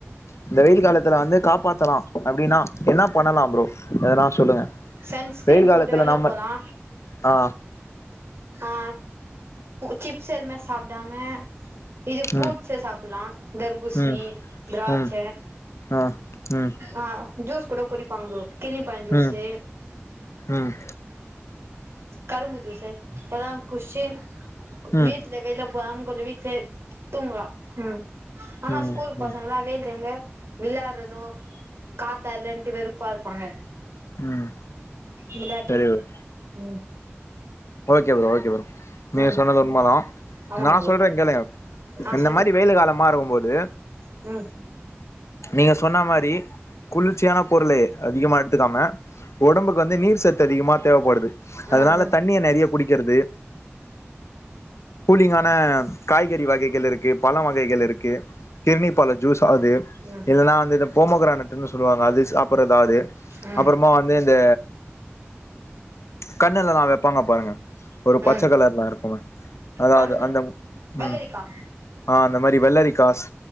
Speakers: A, on the left (about 85°); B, on the right (about 65°).
A: இந்த வெயில் காலத்துல வந்து காப்பாத்தலா அப்டின்னா என்னா பண்ணலா ப்ரோ எதனா சொல்லுங்க
B: சன்ஸ்கிரீன்
A: வெயில்
B: போட்டு
A: காலத்துல
B: வெல்லப்
A: நம்ம
B: போலா
A: ஆ
B: அ சிப்ஸ் எதுமே சாப்டாம இது ஃப்ரூட்ஸ்ஸு
A: ம்
B: சாப்புல்லா தர்பூஸ்ணி
A: ம்
B: திராட்ச்ச
A: ம் ஆ ம்
B: ஆ ஜூஸ் கூட குடிப்பாங்க ப்ரோ கிர்ணிப் பழோ ஜூஸ்ஸு
A: ம் ம் ம்
B: கரும்பு ஜூஸு எல்லா குட்ச்சி
A: ம்
B: வீட்ல கைல வாங் கொஞ்சோ வீட்லே தூங்லா ம் ஆனா
A: ம்
B: ஸ்கூல் பசங்கள்லா
A: ம்
B: வெயில் டைம்ல விளாட்றதும் காத்தா இல்லன்ட்டு வெறுப்பா இருப்பாங்க
A: ம்
B: இந்த வெளையாட்டுங்
A: சரி ப்ரோ
B: ம்
A: ஓகே ப்ரோ ஓகே ப்ரோ நீங்க
B: ம்
A: சொன்னது உண்மதா
B: ஆமா
A: நா
B: ப்ரோ
A: சொல்றே கேளுங்க
B: ஆ
A: இந்த மாதிரி வெயில் காலமா இருக்கும்போது
B: அ
A: நீங்க சொன்ன மாரி குளிர்ச்சியான பொருளு அதிகமா எடுத்துக்காம உடம்புக்கு வந்து நீர் சத்து அதிகமா தேவப்படுது
B: அ
A: அதனால
B: ஹ
A: தண்ணிய நறையா குடிக்கறது கூலிங்கான காய்கறி வகைகள் இருக்கு பழ வகைகள் இருக்கு கிர்ணி பழ ஜூஸ் ஆவுது
B: ம் ம்
A: இல்லன்னா அந்த போம்மகிரானட்னு சொல்லுவாங்க அத சாப்பட்றதாவது
B: ம்
A: அப்றமா வந்து இந்த கண்ணுல நா வப் வெப்பாங்க பாருங்க ஒரு பச்ச
B: ம்
A: கலர்ல இருக்கு அது அதாவது
B: கண்ணு
A: அந்த
B: வெள்ளரிக்கா
A: ம் ஆ அந்த மாதிரி வெள்ளரிக்காஸ்